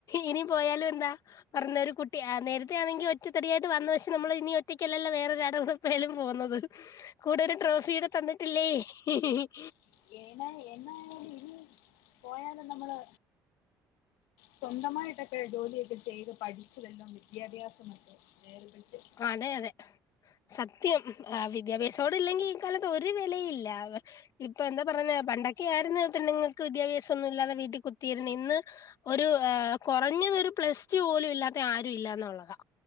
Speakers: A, on the left; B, on the left.
A: ഇനി പോയാലും എന്താ? പറഞ്ഞൊരുകുട്ടിയാ നേരത്തെ ആണെങ്കിൽ ഒറ്റ തടിയായിട്ട് വന്നു പക്ഷെ നമ്മള് ഇനി ഒറ്റയ്ക്കല്ലല്ലോ വേറൊരാൾടെ കൂടെ. ഇപ്പയേലും പോന്നത് കൂടെയൊരു ട്രോഫ്യൂടെ തന്നിട്ടില്ലേ? ഹി ഹി ഹി
B: <unintelligible> എന്നായാലും ഇനിയും പോയാലും നമ്മള്. സ്വന്തമായിട്ടൊക്കെ ജോലിയൊക്കെ ചെയ്ത് പഠിച്ചുവല്ലോം വിദ്യാഭ്യാസമൊക്കെ <unintelligible>
A: അതെ അതെ. സത്യം ഉഹ് ആ വിദ്യാഭ്യാസോടില്ലെങ്കി ഈ കാലത്ത് ഒരു വെലയുല്ല. ഇപ്പൊ എന്താ പറയുന്നെ പണ്ടൊക്കെ ആയിരുന്നേ പെണ്ണ്ങ്ങൾക്ക് വിദ്യാഭ്യാസം ഒന്നും ഇല്ലാതെ വീട്ടി കുത്തിയിരുന്ന് ഇന്ന്. ഒരു ആ കൊറഞ്ഞത് ഒരു പ്ലസ് ടു പോലും ഇല്ലാത്ത ആരും ഇല്ലാന്നുള്ളതാ